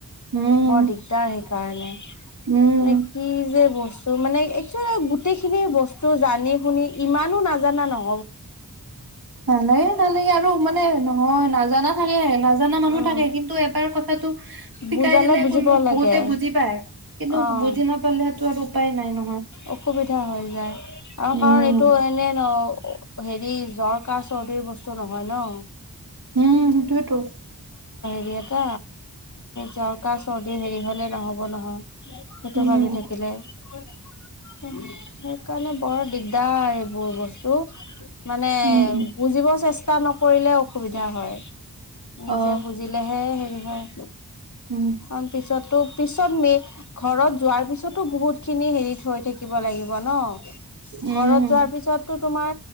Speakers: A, on the right; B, on the left.
A: উম
B: বৰ দিগদাৰ সেইকাৰণে,
A: উম
B: মানে কি যে বস্তু মানে, একেচলি গোটেই খিনি বস্তু জানি-শুনি ইমানো নাজানা নহয়
A: নালাগে-নালাগে আৰু মানে হয়, নাজানা থাকে, নাজানা মানুহ
B: উম
A: থাকে কিন্তু এবাৰ কথাটো শিকাই
B: বুজালে
A: দিলে
B: বুজি
A: কোনো
B: পাব লাগে
A: বহুতে বুজি পায়, কিন্তু
B: অ
A: বুজি নাপালেটো আৰু উপায় নাই ন
B: অসুবিধা হৈ যায় আৰু
A: উম
B: কাৰণ এইটো এনে ন হেৰি জ্বৰ, কাহ, চৰ্দিৰ বস্তু নহয় ন
A: উম, সেইটোৱেটো
B: সি এটা জৰ, কাহ, চৰ্দি সেই হ'লে, নহ'ব নহয় সেইটো
A: উম
B: ভাবি থাকিলে হয় উম, সেইকাৰণে বৰ দিগদাৰ তাৰ <unintelligible> বোৰ বস্তু, মানে
A: উম
B: বুজিব চেষ্টা নকৰিলে অ' সুবিধা হয়। নিজে
A: অ
B: বুজিলেহে হেৰি হয়,
A: উম
B: তাৰ পিছতো, পিছত মে, ঘৰত যোৱাৰ পিছতো বহুত খিনি হেৰি থাকিব লাগে। ‌ ন?
A: উম
B: ঘৰত যোৱাৰ পিছতটো, তোমাৰ